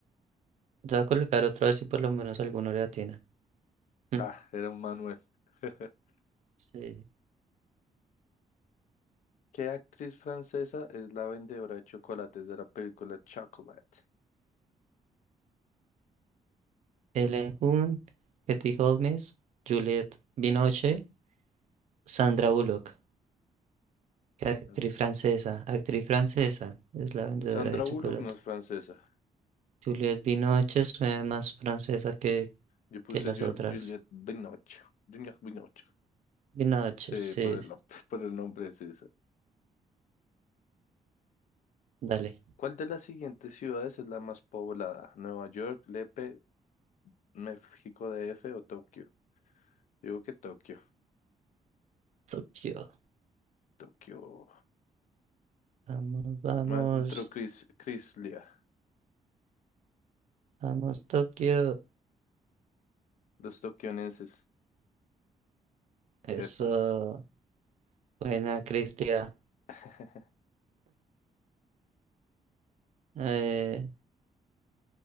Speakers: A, on the right; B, on the left.
A: Yo voy a colocar otra vez si por lo menos alguno le atina. Mm,
B: Ah, era un Manuel. <laughs>
A: Sí.
B: ¿Qué actriz francesa es la vendedora de chocolates de la película Chocolate?
A: Ellen Hun, Katie Holmes, Juliette Binoche, Sandra Bullock. Actriz
B: Mm.
A: francesa, actriz francesa, es la vendedora
B: Sandra
A: de chocolate.
B: Bullock no es francesa.
A: Juliette Binoche suena más francesa que,
B: Yo puse
A: que las
B: Jul-
A: otras.
B: Juliette Binoche. Juliette Binoche.
A: Binoche,
B: Sí,
A: sí,
B: por el, <laughs> por el nombre es esa.
A: dale.
B: ¿Cuál de las siguientes ciudades es la más poblada? Nueva York, Lepe, México D F o Tokio. Digo que Tokio.
A: Tokio,
B: Tokio.
A: vamos, vamos,
B: Más dentro Cris, Crislia.
A: vamos, Tokio.
B: Los tokionenses.
A: Eso,
B: Epa.
A: buena, Cristia.
B: <laughs>
A: Eh,